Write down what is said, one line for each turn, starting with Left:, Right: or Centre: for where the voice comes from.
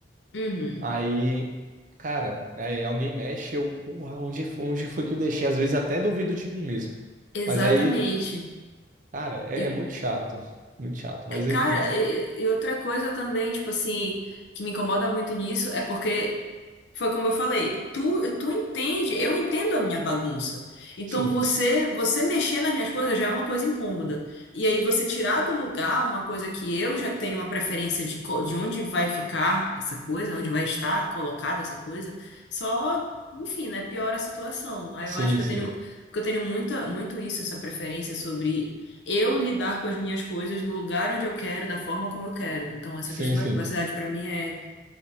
Left: Uhum.
Right: aí, cara, é, alguém mexe, eu, porra, onde, fo- onde foi que eu deixei? Às vezes até duvido de mim mesmo.
Left: Exatamente.
Right: Mas aí, cara, é,
Left: E,
Right: é muito chato, muito chato. Mas
Left: é, cara,
Right: enfim,
Left: e, e outra coisa também, tipo assim, que me incomoda muito nisso é porque Foi como eu falei, tu, tu entende, eu entendo a minha bagunça. Então
Right: sim.
Left: você você mexer nas minhas coisas já é uma coisa incômoda. E aí você tirar do lugar uma coisa que eu já tenho uma preferência de, co- de onde vai ficar essa coisa, onde vai estar colocada essa coisa, só, enfim, né, piora a situação. Aí
Right: Sim,
Left: eu acho que
Right: sim.
Left: eu tenho que eu tenho muita, muito isso, essa preferência sobre eu lidar com as minhas coisas no lugar onde eu quero, da forma como eu quero. Então essa
Right: Sim,
Left: questão
Right: sim.
Left: da privacidade para mim é